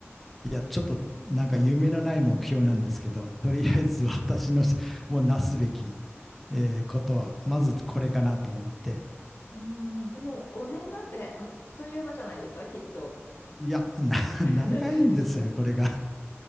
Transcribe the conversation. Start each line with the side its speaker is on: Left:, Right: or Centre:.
Centre: いや、ちょっとなんか夢のない目標なんですけど、とりあえず私のもうなすべき、えーことは、まずこれかなと思って。
Left: ん。うーん。でも5年なんてあっという間じゃないですか、きっと。
Centre: いや、な長いんですよ、
Left: <laughs> 長いですか
Centre: これが。